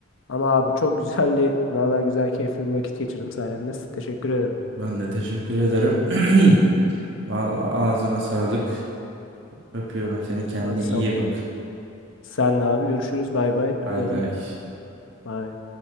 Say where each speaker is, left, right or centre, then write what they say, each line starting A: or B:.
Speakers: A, on the left; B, on the right.
A: Ama abi çok güzeldi. Vallahi güzel keyifli bir vakit geçirdim sayenizde. Teşekkür ederim.
B: Ben de teşekkür ederim. <clears throat> Vallahi ağzına sağlık. Öpüyorum seni. Kendine
A: Abi sağ
B: iyi
A: ol.
B: bak.
A: Senle abi görüşürüz. Bay bay. Öpüyorum.
B: Bay bay.
A: Bay.